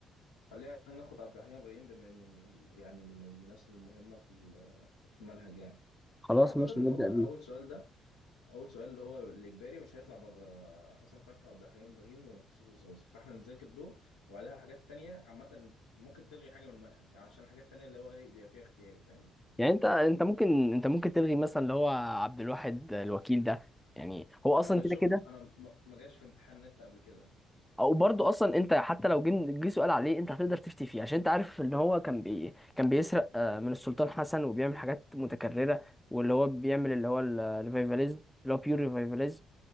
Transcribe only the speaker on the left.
خلينا ناخد عبد الحليم ابراهيم بما انه من ال- يعني من الناس المهمه في ال- في المنهج يعني
اعتقد
ان
هو اول
سؤال ده اول سؤال اللي هو الاجباري مش هيطلع بره حسن فتحي وعبد الحليم ابراهيم ورمسيس بوزوز فاحنا نذاكر دول وبعدها حاجات تانية عامه ممكن تلغي حاجه من المنهج علشان الحاجات التانية اللي هو ايه بيبقى فيها اختياري فاهم
انا
شفت
انا ما ما جاش في امتحان نت قبل كده